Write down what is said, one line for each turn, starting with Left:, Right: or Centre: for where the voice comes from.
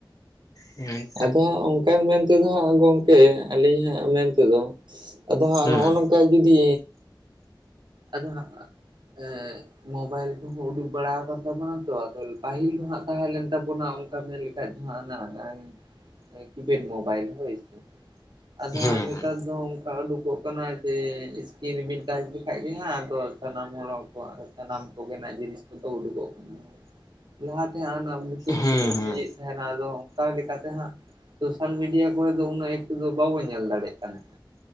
Left: ᱦᱩᱸ
Right: ᱟᱫᱚ ᱦᱟᱸᱜ ᱚᱱᱠᱟᱱ ᱢᱮᱱᱛᱮᱫᱚ ᱦᱟᱸᱜ ᱜᱚᱢᱠᱮ ᱟᱹᱞᱤᱧᱟᱜ ᱢᱮᱱ ᱛᱮᱫᱚ ᱟᱫᱚ ᱦᱟᱸᱜ
Left: ᱦᱮᱸ
Right: ᱱᱚᱦᱜ ᱱᱚᱝᱠᱟ ᱡᱩᱫᱤ ᱟᱫᱚ ᱦᱟᱸᱜ ᱮᱸᱻ ᱢᱳᱵᱟᱭᱤᱞ ᱠᱚᱦᱚᱸ ᱩᱰᱩᱠ ᱵᱟᱲᱟ ᱟᱠᱟᱱ ᱛᱟᱵᱚᱱᱟ ᱛᱚ ᱟᱫᱚ ᱯᱟᱹᱦᱤᱞ ᱫᱚ ᱦᱟᱸᱜ ᱛᱟᱦᱮᱸᱞᱮᱱ ᱛᱟᱵᱚᱱᱟ ᱚᱱᱠᱟ ᱢᱮᱱ ᱮᱠᱷᱟᱡ ᱫᱚ ᱦᱟᱸᱜ ᱟᱱᱟ-ᱟᱱᱟ ᱠᱤᱯᱮᱰ ᱢᱳᱵᱟᱭᱤᱞ ᱦᱚᱭ ᱥᱮ ᱟᱫᱚ
Left: ᱦᱮᱸ
Right: ᱦᱟᱸ ᱱᱮᱛᱟᱨ ᱫᱚ ᱚᱱᱠᱟ ᱩᱰᱩᱠᱚᱜ ᱠᱟᱱᱟ ᱡᱮ ᱥᱠᱤᱱᱨᱤᱼᱵᱤᱱ ᱴᱟᱡ ᱮᱠᱷᱟᱡ ᱜᱮ ᱦᱟᱸᱜ ᱟᱫᱚ ᱥᱟᱱᱟᱢ ᱦᱚᱲ ᱠᱚ ᱥᱟᱱᱟᱢ ᱠᱚᱜᱮᱱᱟᱜ ᱡᱤᱱᱤᱥ ᱠᱚᱫᱚ ᱩᱰᱩᱜᱚᱜ ᱠᱟᱱᱟ᱾ ᱞᱟᱦᱟ ᱛᱮᱦᱟᱸᱜ ᱚᱱᱟ ᱵᱩᱛᱟᱹᱢ
Left: ᱦᱮᱸ
Right: ᱛᱮᱵᱚᱱ
Left: ᱦᱮᱸ
Right: ᱤᱭᱟᱹᱭ ᱛᱟᱦᱮᱱᱟ ᱟᱫᱚ ᱚᱠᱟ ᱞᱮᱠᱟᱛᱮ ᱦᱟᱸᱜ? ᱥᱚᱥᱟᱞ ᱢᱤᱰᱤᱭᱟ ᱠᱚᱨᱮ ᱫᱚ ᱩᱱᱟᱹᱜ ᱮᱠᱴᱩ ᱫᱚ ᱵᱟᱵᱚ ᱧᱮᱞ ᱫᱟᱲᱮᱭᱟᱜ ᱠᱟᱱᱟ᱾